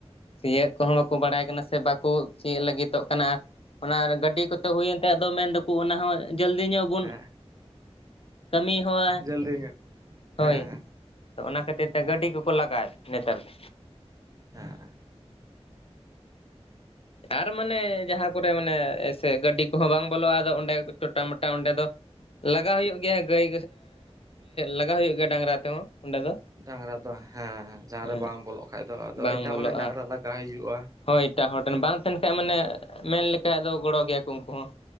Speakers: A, on the left; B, on the right.
A: ᱥᱤᱭᱳᱜ ᱠᱚᱦᱚᱸ ᱵᱟᱠᱚ ᱵᱟᱲᱟᱭ ᱠᱟᱱᱟ ᱥᱮ ᱵᱟᱠᱚ ᱛᱤᱭᱳ ᱞᱟᱹᱜᱤᱫᱚᱜ ᱠᱟᱱᱟ ᱚᱱᱟ ᱜᱟᱹᱰᱤ ᱠᱚᱛᱮ ᱦᱩᱭᱮᱱ ᱛᱟᱭ ᱟᱫᱚ ᱢᱮᱱ ᱫᱟᱠᱚ ᱚᱱᱟ ᱦᱚᱸ ᱡᱚᱞᱫᱤ ᱧᱚᱜ, ᱵᱚᱱ
B: ᱦᱮᱸ
A: ᱠᱟᱹᱢᱤ ᱦᱚᱸᱣᱟ
B: ᱡᱚᱞᱫᱤ ᱧᱚᱜ ᱦᱮᱸ
A: ᱦᱳᱭ ᱛᱚ ᱚᱱᱟ ᱠᱷᱟᱹᱛᱤᱨ ᱛᱮ ᱜᱟᱹᱰᱤ ᱠᱚᱠᱚ ᱞᱟᱜᱟᱣᱮᱫ ᱱᱮᱛᱟᱨ ᱫᱚ,
B: ᱦᱮᱸ
A: ᱟᱨ ᱢᱟᱱᱮ ᱡᱟᱦᱟᱸ ᱠᱚᱨᱮ ᱢᱟᱱᱮ ᱥᱮ ᱜᱟᱹᱰᱤ ᱠᱚᱦᱚᱸ ᱵᱟᱝ ᱵᱚᱞᱚᱜᱼᱟ ᱟᱫᱚ ᱚᱸᱰᱮ ᱩᱷᱚᱴᱟ ᱢᱚᱴᱟ ᱚᱸᱰᱮ ᱫᱚ, ᱞᱟᱜᱟᱣ ᱦᱩᱭᱩᱜ ᱜᱮᱭᱟ ᱜᱟᱹᱭ ᱞᱟᱜᱟᱣ ᱦᱩᱭᱩᱜ ᱜᱮᱭᱟ ᱰᱟᱝᱨᱟ ᱛᱮᱦᱚᱸ ᱚᱸᱰᱮ ᱫᱚ,
B: ᱰᱟᱝᱨᱟ ᱫᱚ ᱦᱮᱸ ᱡᱟᱦᱟᱸ
A: ᱦᱮᱸ
B: ᱨᱮ ᱵᱟᱝ ᱵᱚᱞᱚᱜ ᱠᱷᱟᱡ ᱫᱚ ᱟᱫᱚ
A: ᱵᱟᱝ
B: ᱮᱴᱟᱜ
A: ᱵᱚᱞᱚᱜᱼᱟ
B: ᱦᱚᱲ ᱨᱮᱱ ᱰᱟᱝᱨᱟ ᱞᱟᱜᱟ ᱦᱩᱭᱩᱜᱼᱟ,
A: ᱦᱳᱭ ᱮᱴᱟᱜ ᱦᱚᱲᱮᱱ ᱵᱟᱝ ᱛᱟᱦᱮᱱ ᱠᱷᱟᱡ ᱢᱟᱱᱮ ᱢᱮᱱ ᱞᱮᱠᱷᱟᱡ ᱫᱚ ᱜᱚᱲᱚ ᱜᱮᱭᱟ ᱠᱚ ᱩᱱᱠᱩ ᱦᱚᱸ